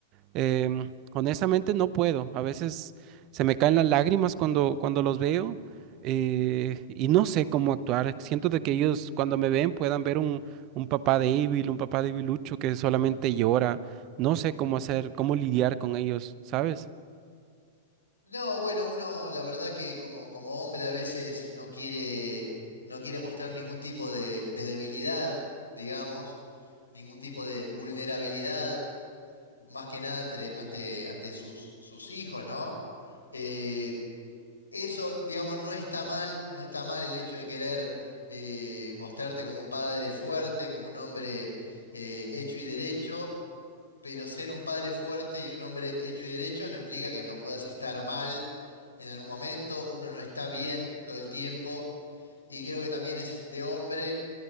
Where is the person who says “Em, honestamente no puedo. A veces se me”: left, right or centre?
Right